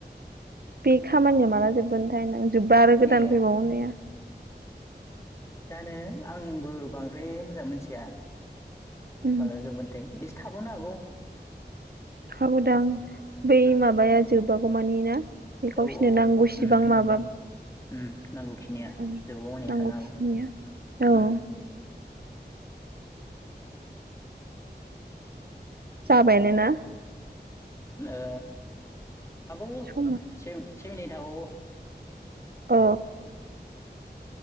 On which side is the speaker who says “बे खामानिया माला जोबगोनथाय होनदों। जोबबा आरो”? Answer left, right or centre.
Right